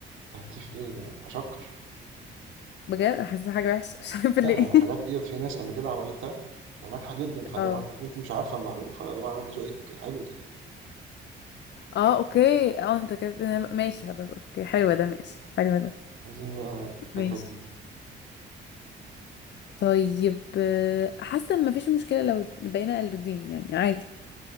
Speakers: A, on the right; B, on the left.
A: تهتيف ايه ده بشكر
B: بجد حاسة حاجة وحشة مش عارفة
A: لا
B: ليه
A: يعني الحاجات
B: <laughs>
A: ديت في ناس قبل كده عملتها وناجحة جدا فده
B: اه
A: معناه وانت مش عارفة المعلومة فده معناه ان ذوقك حلو يعني
B: اه اوكي اه انت كده ماشي خلاص اوكي حلوة ده ماشي حلوة ده
A: عايزين بقى فكرة
B: ماشي
A: جديدة
B: طيب آه، حاسة ان مفيش مشكلة لو بقينا قلودين يعني عادي